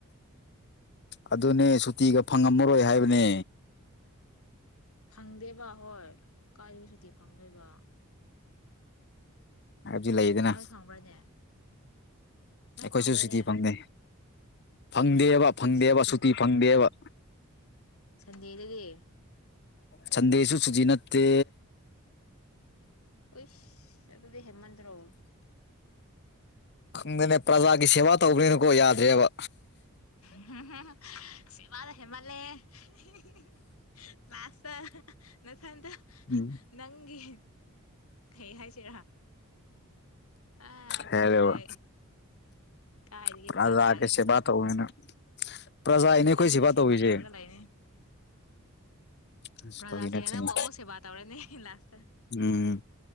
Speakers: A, on the left (about 50°); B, on the left (about 80°).
A: ꯑꯗꯨꯅꯦ ꯁꯨꯇꯤꯒ ꯐꯪꯉꯝꯃꯔꯣꯏ ꯍꯥꯏꯕꯅꯦ
B: ꯐꯪꯗꯦꯕ ꯍꯣꯏ ꯀꯥꯏꯗꯩ ꯁꯨꯇꯤ ꯐꯪꯗꯣꯏꯕ
A: ꯍꯥꯏꯕꯗꯤ ꯂꯩꯗꯅ
B: ꯅꯣꯏ ꯐꯪꯕ꯭ꯔꯅꯦ ꯅꯣꯏ
A: ꯑꯩꯈꯣꯏꯁꯨ
B: ꯐꯪꯕ꯭ꯔꯅꯦ
A: ꯁꯤꯇꯤ ꯐꯪꯗꯦ ꯐꯪꯗꯦꯕ ꯐꯪꯗꯦꯕ
B: ꯑꯗꯨꯅꯦ
A: ꯁꯨꯇꯤ ꯐꯪꯗꯦꯕ
B: ꯁꯟꯗꯦꯗꯗꯤ
A: ꯁꯟꯗꯦꯁꯨ ꯁꯨꯇꯤ ꯅꯠꯇꯦ
B: ꯎꯏ ꯑꯗꯨꯗꯤ ꯍꯦꯃꯟꯗ꯭ꯔꯣ
A: ꯈꯪꯗꯦꯅꯦ ꯄ꯭ꯔꯖꯥꯒꯤ ꯁꯦꯕꯥ ꯇꯧꯕꯅꯤꯅꯀꯣ ꯌꯥꯗ꯭ꯔꯦꯕ
B: ꯍꯥ ꯍꯥ ꯁꯤꯕꯗ ꯍꯦꯃꯜꯂꯦ ꯍꯤꯍꯤꯍꯤ ꯂꯥꯁꯇ ꯅ ꯍꯟꯗ
A: ꯎꯝ
B: ꯅꯪꯒꯤ ꯀꯩ ꯍꯥꯏꯁꯤꯔꯥ ꯑꯥ ꯈꯪꯗ꯭ꯔꯦ
A: ꯍꯥꯏꯔꯦꯕ
B: ꯑꯩ ꯀꯥꯏꯗꯒꯤ
A: ꯄ꯭ꯔꯖꯥꯒꯤ
B: ꯄ꯭ꯔꯖꯥꯒꯤꯅꯣꯗ
A: ꯁꯦꯕꯥ ꯇꯧꯋꯦꯅ ꯄ꯭ꯔꯖꯥꯒꯤꯅꯦ
B: ꯃꯊꯟꯇ
A: ꯑꯩꯈꯣꯏ ꯁꯦꯕꯥ
B: ꯁꯦꯕ
A: ꯇꯧꯔꯤꯁꯦ
B: ꯇꯧꯔꯒ ꯂꯥꯏꯅꯦ
A: ꯑꯁ
B: ꯄ꯭ꯔꯖꯥꯁꯤꯡꯅ
A: ꯐꯥꯒꯤ ꯅꯠꯇꯦꯅꯦ
B: ꯅꯪꯕꯨ ꯑꯃꯨꯛ ꯁꯦꯕꯥ ꯇꯧꯔꯅꯤ ꯂꯥꯁ
A: ꯎꯝ